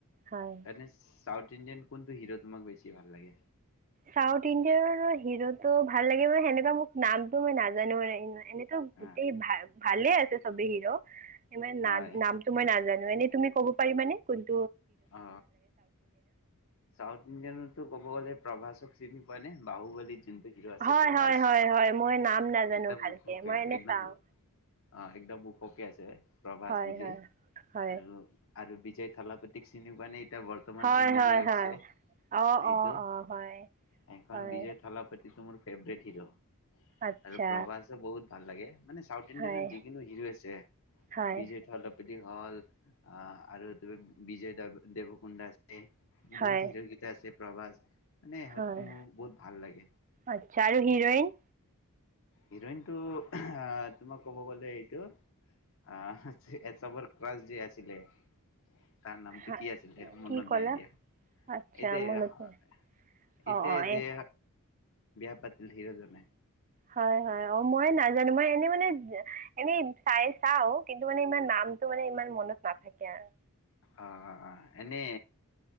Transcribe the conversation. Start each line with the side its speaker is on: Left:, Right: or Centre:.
Right: হয়
Left: এনে চি।। চাউথ ইণ্ডিয়ান কোনটো হিৰ' তোমাক বেছি ভাল লাগে
Right: চাউথ ইণ্ডিয়াৰ হিৰোটো ভাল লাগে। মানে হেনেকুৱাঁ মোক নামতটো মই নাজানো মানে।। এনেটো
Left: আহ
Right: গোটেই ভাল।। ভালে আছে চবে হিৰো।। ইমান
Left: হয়
Right: ন নাম তো মই নাজানে। এনে তুমি কব পাৰিবা নে কোন।।
Left: অ চাউথ ইণ্ডিয়ানতো ক'ব গ'লে। প্ৰভাসক চিনি পোৱা নে বাহু বুলি। হিৰ আছিল
Right: হয়
Left: প্ৰভাস
Right: হয় হয় হয় মই নাম নাজানো
Left: একদম
Right: ভালকৈ
Left: ওখ কৰি।
Right: মই এনে
Left: একদম
Right: চাওঁ
Left: গোল অ একদম ওখ কে আছে প্ৰভাস
Right: হয়
Left: বুলি
Right: হয় হয়
Left: আৰু, আৰু।।। যে থালাপতি।। টিক চিনি পানীত এতিয়া বৰ্তমান
Right: হয়
Left: এম এল
Right: হয়
Left: এ হৈছে।
Right: হয় অঁ
Left: সেইটো,
Right: অঁ অঁ হয়
Left: সেইখন
Right: হয়
Left: বিজয় থালাপাতিটো মোৰ ফেভৰেট হিৰ'।
Right: আচ্ছা
Left: আৰু প্ৰবাসে বহুত ভাল লাগে। মানে চাউথ ইণ্ডিয়ানত
Right: হয়
Left: যিকোনো হিৰো আছে।
Right: হয়
Left: বিজয় থালাপত হ'ল অ আৰু তুমি।। বিজয় দাৱ, দেৱকুণ্ডা আছে।।
Right: হয়
Left: বহুত হিৰ গিতা আছে। প্ৰভাস।। মানে
Right: হয়
Left: মোৰ বহুত ভাল লাগে।
Right: আচ্ছা আৰু হিৰইন?
Left: হিৰইনটো তোমাক ক'ব গলে এইটো আহ এ স্বাৱনপ্ৰাচ যে আছিলে তাৰ নামটো
Right: হা
Left: কি আছিলে মনত
Right: কি ক'লা
Left: নাই দিয়া।
Right: আচ্ছা
Left: এতিয়া,
Right: মনতে অঁ
Left: এতিয়া
Right: অঁ এই
Left: যে।। বিয়া পাতিলে হিৰজনে।।
Right: হয় হয় অ মই নাজানো। মই এনেই মানে এনেই চাই চাওঁ কিন্তু মানে ইমান নামটো মানে ইমান মনত নাথাকে আৰু।।
Left: অ এনে